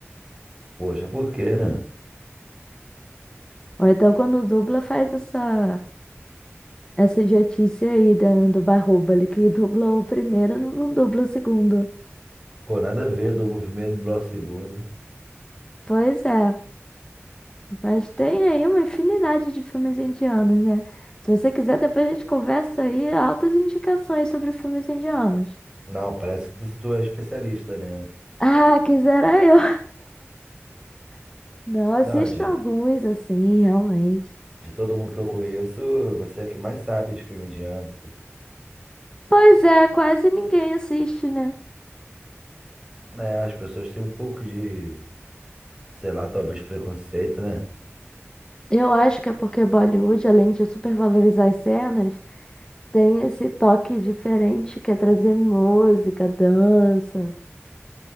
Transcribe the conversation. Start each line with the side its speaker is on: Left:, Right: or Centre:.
Right: Poxa, por quê, né?
Left: Ou então quando dubla faz essa essa idiotice aí da- do Bahubali, que dublou o primeiro, não dubla o segundo.
Right: Pô, nada a ver, dublo o primeiro, dublar o segundo.
Left: Pois é, mas tem aí uma infinidade de filmes indianos, né? Se você quiser, depois a gente conversa aí altas indicações sobre filmes indianos.
Right: Não, parece que tu, tu é especialista, né?
Left: Ah, quisera eu. <laughs> Não assisto
Right: Não, de,
Left: alguns assim, realmente.
Right: de todo mundo que eu conheço, você é que mais sabe de filme indiano.
Left: Pois é, quase ninguém assiste, né?
Right: né? as pessoas têm um pouco de, sei lá, talvez preconceito, né?
Left: Eu acho que é porque Bollywood, além de supervalorizar as cenas, tem esse toque diferente que é trazer música, dança.